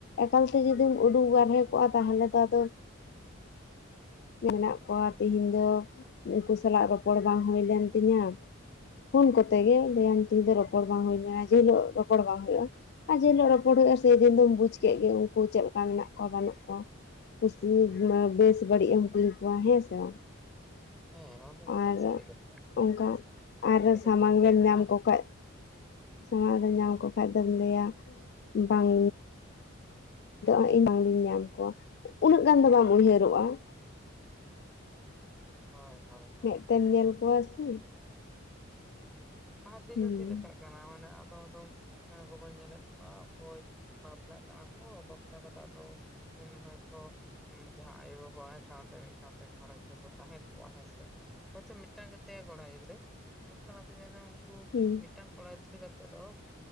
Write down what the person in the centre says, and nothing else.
ᱦᱮᱸ ᱱᱚᱣᱟ ᱫᱚ ᱮᱠᱟᱞ
ᱥᱟᱹᱨᱤ ᱠᱟᱛᱷᱟ
ᱥᱟᱹᱨᱤ
ᱠᱟᱛᱷᱟᱢ ᱞᱟᱹᱭ
ᱠᱟᱜᱼᱟ
ᱦᱳᱭ, ᱦᱳᱭ ᱾
ᱦᱩᱸ, ᱱᱟᱦᱟᱜ ᱫᱤᱱ
ᱫᱚ ᱪᱮᱫ ᱞᱮᱠᱟᱜ ᱠᱟᱱᱟ? ᱢᱟᱱᱮ ᱟᱫᱚᱢ ᱟᱫᱚᱢ ᱜᱚ ᱵᱟᱧ ᱧᱮᱞᱮᱫ ᱠᱚᱣᱟ ᱚᱠᱚᱭ ᱵᱟᱯᱞᱟᱜ ᱠᱟᱱᱟ ᱠᱚ, ᱵᱟᱯᱞᱟ ᱠᱟᱛᱮ ᱟᱫᱚ ᱡᱮ ᱦᱚᱭᱼᱛᱚ ᱡᱟᱦᱟᱸ ᱟᱭᱳ ᱵᱟᱵᱟᱭ ᱥᱟᱶ ᱛᱮ ᱢᱤᱫ ᱥᱟᱶᱛᱮ ᱜᱷᱟᱨᱚᱡᱽ ᱨᱮ ᱠᱚ ᱛᱟᱦᱮᱸ ᱠᱚᱜᱼᱟ ᱦᱮᱸᱥᱮ ᱾ ᱦᱳᱭᱛᱚ ᱢᱤᱫᱴᱟᱝ ᱜᱮ ᱛᱟᱭᱟ ᱠᱚᱲᱟ ᱜᱤᱫᱽᱨᱟᱹ ᱢᱮᱱ ᱠᱷᱟᱱ, ᱟᱫᱚ ᱧᱮᱞ ᱢᱮ ᱩᱱᱠᱩ
ᱢᱤᱫ ᱴᱟᱝ ᱠᱚᱲᱟ ᱜᱤᱫᱽᱨᱟᱹ ᱜᱟᱛᱮ ᱫᱚ